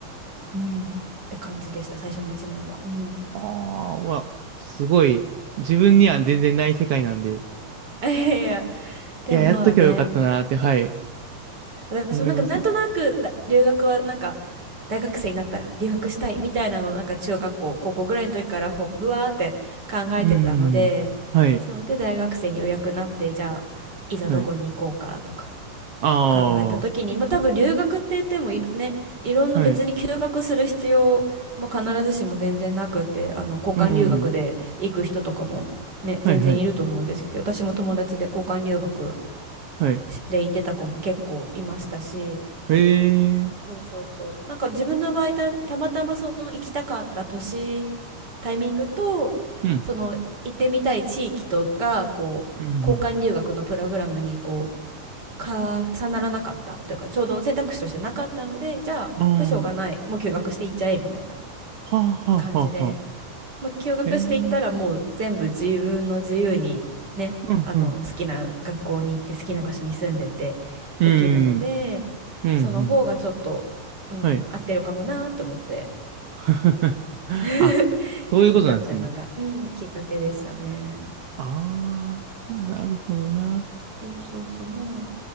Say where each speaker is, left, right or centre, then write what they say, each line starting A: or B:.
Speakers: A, on the right; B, on the right.
A: うん、って感じでした、最初の1年は。うん。
B: ああ、うわ、すごい。自分には全然ない世界なんで。い
A: <laughs> いやいや、でもまあね、
B: や、やっとけばよかったなーって、はい。
A: 私もなんかなんとなくだ留学はなんか
B: 思います。
A: 大学生になったら留学したいみたいなのをなんか中学校高校ぐらいの時からほふわーって考えてたのでそうで大学生にようやくなってじゃあいざどこに行こうかとか
B: うーん。はい。はい。ああ。
A: 考えた時にまあ多分留学って言ってもいろ、ね、いろんな別に休学する必要も必ずしも全然なくてあの交換留学で行く人とかもね全然いると思うんですけど私も友達で交換留学
B: はい。うーん。はい、はい。はい。
A: で行ってた子も結構いましたし。
B: へえ、
A: そうそうそう。なんか自分の場合た、たまたまその行きたかった年、タイミングと、
B: うん、
A: その行ってみたい地域とが、こう、
B: うん、
A: 交換留学のプログラムにこう、重ならなかったというか、ちょうど選択肢としてなかったので、じゃあ、
B: うん、
A: まあ、しょうがない、もう休学していっちゃえみたいな
B: ああ、はあ、
A: 感じで。
B: はあ、はあ、は
A: まあ、休学していったらもう全部自分の自由にね、
B: あ、へえ、うん、うん、
A: あの好きな学校に行って好きな場所に住んでてできるので、
B: うん、うん、うん、
A: その方がちょっと、うん、
B: はい。
A: 合ってるかもなと思って
B: <laughs>
A: <laughs>
B: あ、そういうことなんですね。
A: 行ったってのが、うん、きっかけでしたね。
B: ああ、なるほどな。
A: そうそうそう、まあ